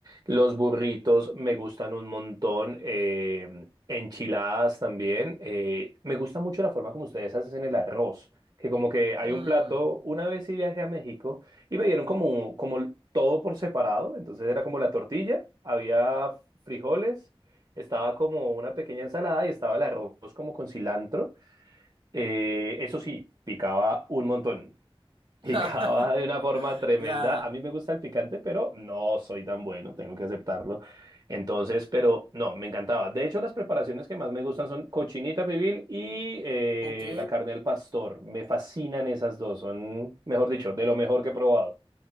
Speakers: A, on the right; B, on the right.
A: Los burritos me gustan un montón. eh, enchiladas también. eh, me gusta mucho la forma como ustedes hacen el arroz, que como que hay
B: Mm.
A: un plato, una vez sí viajé a México. Y me dieron como, un- como todo por separado, entonces era como la tortilla, había frijoles, estaba como una pequeña ensalada y estaba el arroz como con cilantro. Eh, eso sí, picaba un montón, <laughs> picaba
B: <laughs>
A: de una forma tremenda.
B: Ya.
A: A mí me gusta el picante, pero no soy tan bueno, tengo que aceptarlo. Entonces, pero no, me encantaba. De hecho, las preparaciones que más me gustan son cochinita pibil y eh,
B: Ok.
A: la carne al pastor. Me fascinan esas dos, son, mejor dicho, de lo mejor que he probado.